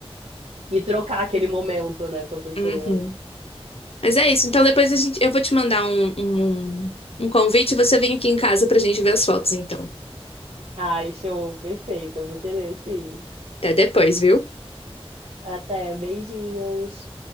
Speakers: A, on the right; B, on the left.
A: e trocar aquele momento, né, com a pessoa.
B: Uhum. Mas é isso. Então depois a gente, eu vou te mandar um, um, um um convite e você vem aqui em casa pra gente ver as fotos, então.
A: Ai, show, perfeito. Eu vou querer, sim.
B: Até depois, viu?
A: Até, beijinhos.